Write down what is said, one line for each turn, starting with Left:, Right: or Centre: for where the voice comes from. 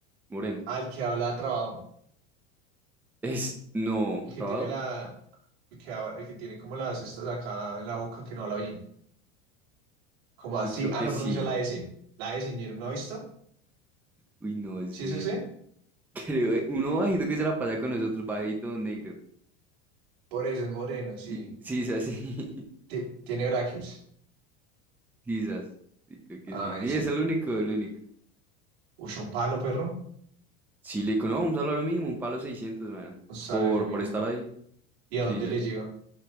Centre: moreno.
Right: Ah, el que habla de trabajo.
Centre: Es, no,
Right: El
Centre: ¿trabado?
Right: que tiene la... El que, hab- el que tiene como las estas acá en la boca que no habla bien. Como así.
Centre: Uy, creo
Right: Ah,
Centre: que
Right: no
Centre: sí.
Right: pronuncia la S. La S, señor, ¿no ha visto?
Centre: Uy, no
Right: ¿Sí
Centre: sé.
Right: es ese?
Centre: <laughs> Creo, uno bajito que se la pasa con nosotros, bajito negro.
Right: Por eso, el moreno, sí.
Centre: Sí, sí, es así. <laughs>
Right: Ti- tiene
Centre: El
Right: braques.
Centre: Sisas. Sí, creo que
Right: Ah,
Centre: sí. Sí,
Right: eso.
Centre: es el único, el único.
Right: Uy, un palo, perro.
Centre: Sí, le digo, no, un salario mínimo, un palo 600 mano.
Right: Un salario
Centre: Por,
Right: mínimo.
Centre: por estar ahí.
Right: ¿Y
Centre: Sí,
Right: a dónde
Centre: sí.
Right: le llega?